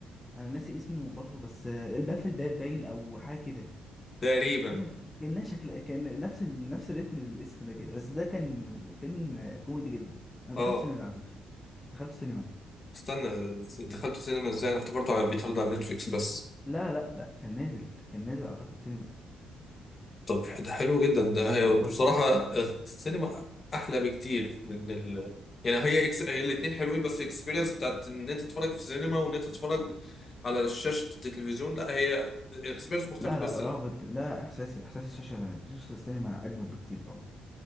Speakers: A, on the left; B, on the left.
A: انا ناسي اسمه برضو بس آه، الباب في الباب باين او حاجه كده
B: تقريبا
A: حاجه ك- كانها شكل كان نفس ال... نفس الريتم للاسم ده كده بس ده كان فيلم آه، كوميدي جدا انا
B: اه
A: دخلت سينما ده على فكره دخلت سينما
B: استنى دخلت سينما ازاي انا افتكرته على- بيتعرض على نتفليكس بس
A: لا لا لا كان نازل كان نازل اعتقد سينما
B: طب ده حلو جدا ده هي
A: هو
B: بصراحة
A: ده
B: السينما أحلى بكتير من ال... يعني هي إكس... هي الاتنين حلوين بس الاكسبيرينس بتاعت إن أنت تتفرج في السينما وإن أنت تتفرج على شاشة التلفزيون لا هي اكسبيرينس مختلفة
A: لا
B: بس
A: لا رغبة
B: ال-
A: لا إحساس إحساس الشاشة شاشة السينما أجمل بكتير طبعا